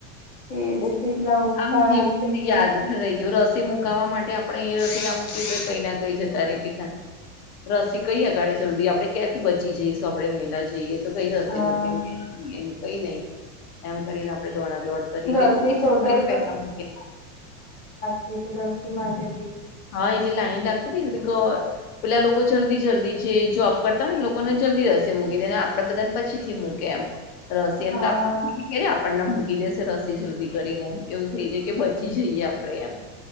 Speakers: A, on the left; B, on the left.
A: એજ
B: બ
A: કેટલા ઉકાળાને
B: આમ જીવનને
A: કેટલું
B: યાદ રહી ગયો રસી મુકવા માટે આપડણે અહી રસી ના મુૂકી તો કઈ ના કઈ છે ત્યારે કે રસી કઈ અગાે જલ્દી આપડણે ક્યંથી બચી જઈશું આપડે વહેલા જઈએ એ તોું કઈ સસ્તી
A: હા
B: મૂકે ને કઈ નઈ એમ કરીને આપણે દોડા દોડ કરી
A: રસી શોધાઈ
B: કે પેલા મકે
A: તેથી રસી માટે બી
B: હા એટલે લાઈન લાગતી હતી ને એટલે ગ પેલા લોકો જલ્દી જલ્દી જે જોબ કરતા હો ને એ લોકોને જલ્દી રસે મૂકી દે ને આપડે બધાને પછી થી મૂકે એમ રસી એમ
A: હા
B: તો આપ અરે આપણને મૂકી દેશે રસી જલ્દી કરીને એમ એવું થઈ જાય કે બચી જઈએ આપડે એમ